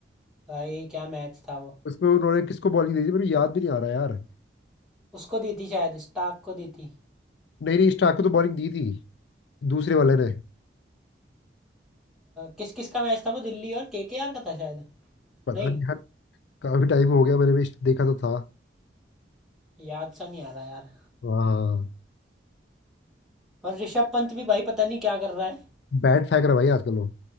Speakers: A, in the centre; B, on the left.
A: भाई क्या मैच था वो
B: उसमें उन्होंने किसको बॉलिंग दी थी मेरे को याद भी नहीं आ रहा यार
A: उसको दी थी शायद स्टार्क को दी थी
B: नहीं नहीं स्टार्क को तो बॉलिंग दी थी दूसरे वाले ने
A: किस किस का मैच था वो दिल्ली और केकेआर का था शायद
B: पता
A: नहीं
B: नहीं यार काफी टाइम हो गया मैंने भी देखा तो था
A: याद सा नहीं आ रहा यार
B: हाँ
A: और ऋषभ पंत भी भाई पता नहीं क्या कर रहा है
B: बैट फेंक रहा है भाई आजकल वो